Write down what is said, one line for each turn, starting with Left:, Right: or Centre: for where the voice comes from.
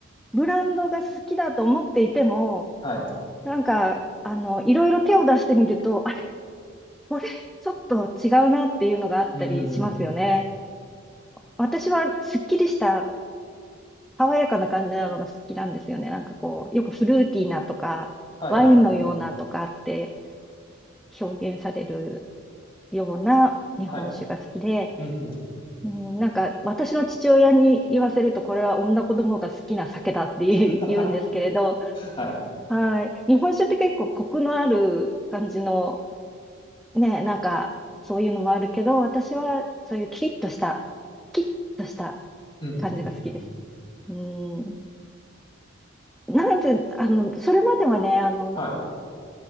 Centre: ブランドが好きだと思っていても、
Left: はい。
Centre: なんか、あの、いろいろ手を出してみると、あれ、これ、ちょっと違うなっていうのがあったりしますよね。
Left: うん。
Centre: 私はすっきりした爽やかな感じなのが好きなんですよね。なんかこう、よくフルーティーなとか、
Left: はいはいはい。
Centre: ワインのようなとかって表現されるような日本酒が好きで、
Left: はい。うんうんうん。
Centre: うん、なんか私の父親に言わせると、これは女子供が好きな酒だって言う言うんですけれど、
Left: <laughs> は
Centre: はい。日本酒って結構コクのある感じの、ね、なんかそういうのもあるけど、私はそういうキリッとした、キッとした
Left: い。うんうんうんうん。
Centre: 感じが好きです。うんなんで、あの、それまではね、あの、
Left: はい。う